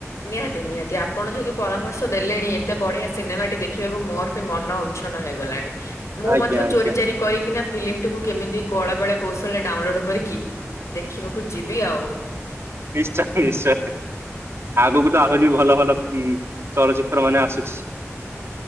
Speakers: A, on the left; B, on the right.
A: ନିହାତି ନିହାତି ଆପଣ ଯେହେତୁ ପରାମର୍ଶ ଦେଲେଣି ଏତେ ବଢିଆ ସିନେମାଟି ଦେଖିବାକୁ ମୋର ବି ମନ ଉଚ୍ଛନ ହେଇ ଗଲାଣି। ହ <inaudible> ମୁଁ
B: ଆଜ୍ଞା
A: ମଧ୍ୟ
B: ଆଜ୍ଞା।
A: ଚୋରି ଚାରି କରିକି ନା ଫିଲ୍ମ ଟିକୁ କେମିତି କଳେ ବଳେ କୌଶଳେ ଡାଉନ୍ ଲୋଡ୍ କରିକି ଦେଖିବାକୁ ଯିବି ଆଉ।
B: ନିଶ୍ଚୟ ନିଶ୍ଚୟ। ଆଗକୁ ତ ଆହୁରି ଭଲ ଭଲ ଉ ଚଳଚିତ୍ର ମାନେ ଆସୁଛି।